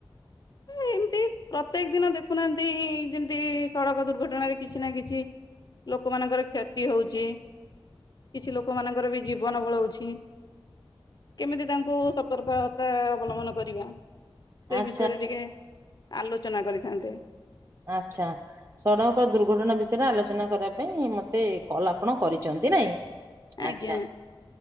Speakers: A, on the left; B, on the right.
A: ଏମିତି ପ୍ରତ୍ୟେକ ଦିନ ଦେଖୁନାହାନ୍ତି ଯେମିତି ସଡ଼କ ଦୁର୍ଘଟଣାରେ କିଛି ନା କିଛି ଲୋକମାନଙ୍କର କ୍ଷତି ହଉଚି। କିଛି ଲୋକମାନଙ୍କର ବି ଜୀବନ ପଳଉଛି। କେମିତି ତାଙ୍କୁ ସତର୍କତା ଅବଲମ୍ବନ କରିବା ସେଇ
B: ଆଚ୍ଛା
A: ବିଷ ଟିକେ ଆଲୋଚନା କରିଥାନ୍ତେ।
B: ଆଛା। ସଡ଼କ ଦୁର୍ଘଟଣା ବିଷୟରେ ଆଲୋଚନା କରିବା ପାଇଁ ମତେ କଲ୍ ଆପଣ କରିଚନ୍ତି ନାଇଁ।
A: ଆଜ୍ଞା
B: ଆଚ୍ଛା